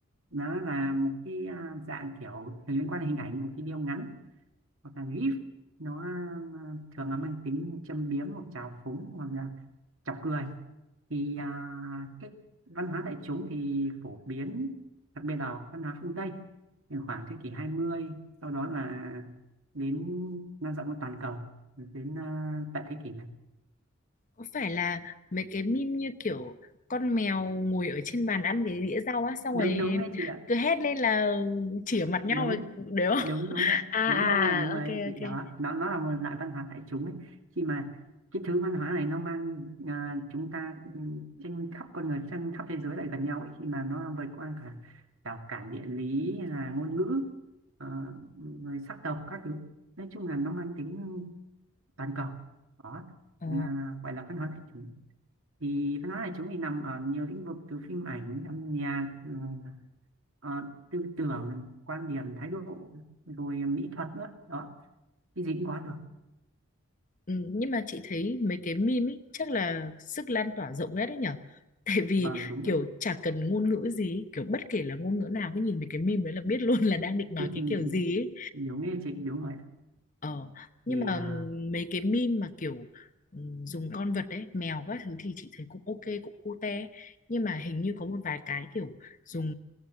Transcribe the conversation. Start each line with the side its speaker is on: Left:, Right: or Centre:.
Right: nó là một cái à, dạng kiểu liên quan đến hình ảnh một video ngắn hoặc là gif nó à, thường là mang tính châm biếm hoặc chào phúng hoặc là chọc cười thì
Left: Ờ.
Right: à, cái văn hóa đại chúng thì phổ biến đặc biệt là văn hóa phương Tây thì khoảng thế kỷ 20 sau đó là đến lan rộng ra toàn cầu đến à, tận thế kỷ này
Left: có phải là mấy cái meme như kiểu con mèo ngồi ở trên bàn ăn cái đĩa rau á xong
Right: đúng
Left: rồi
Right: đúng đấy chị ạ
Left: cứ hét lên là chỉa mặt
Right: đúng
Left: nhau rồi- đấy không
Right: đúng
Left: <laughs>
Right: đúng ạ
Left: à
Right: đúng
Left: à
Right: rồi đúng
Left: ok
Right: rồi thì
Left: ok
Right: đó nó nó là một loại văn hóa đại chúng ấy khi mà cái thứ văn hóa này nó mang à, chúng ta ừ, trên khắp con người trên khắp thế giới lại gần nhau ấy khi mà nó vượt qua cả rào cản địa lý hay là ngôn ngữ ờ, rồi sắc tộc các thứ nói chung là nó mang tính toàn cầu đó
Left: Ờ.
Right: là gọi là văn hóa đại chúng thì văn hóa của chúng thì nằm ở nhiều lĩnh vực từ phim ảnh âm nhạc ừ, ờ, tư tưởng quan điểm thái độ rồi mỹ thuật nữa đó cái gì cũng có được
Left: Ừ, nhưng mà chị thấy mấy cái meme ý chắc là sức lan tỏa rộng nhất đấy nhở <laughs> tại vì
Right: vâng đúng
Left: kiểu
Right: rồi
Left: chả cần ngôn ngữ gì ý, kiểu bất kể là ngôn ngữ nào cứ nhìn mấy cái meme đấy là biết luôn là đang định nói
Right: <laughs>
Left: cái kiểu gì ý.
Right: đúng như chị đúng rồi ạ.
Left: Ờ, nhưng
Right: thì
Left: mà
Right: à,
Left: ừm, mấy cái meme mà kiểu ừm, dùng con vật đấy, mèo các thứ thì chị thấy cũng ok, cũng cute. Nhưng mà hình như có một vài cái kiểu dùng